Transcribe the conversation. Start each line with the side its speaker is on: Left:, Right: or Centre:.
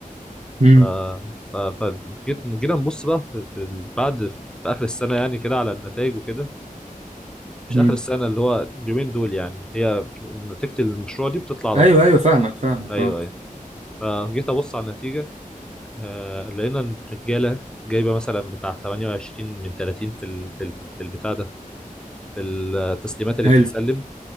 Right: امم
Centre: ف ف فجيت جينا نبص بقى في, في ال- بعد في اخر السنه يعني كده على النتائج وكده مش
Right: امم
Centre: اخر السنه اللي هو اليومين دول يعني هي نتيجه المشروع دي بتطلع على
Right: ايوه
Centre: طول
Right: ايوه فاهمك فاهمك
Centre: ايوه
Right: اه
Centre: ايوه فجيت ابص على النتيجه آه لقينا إن الرجاله جايبه مثلا بتاع 28 من 30 في ال في ال في البتاع ده في التسليمات اللي
Right: حلو
Centre: بتتسلم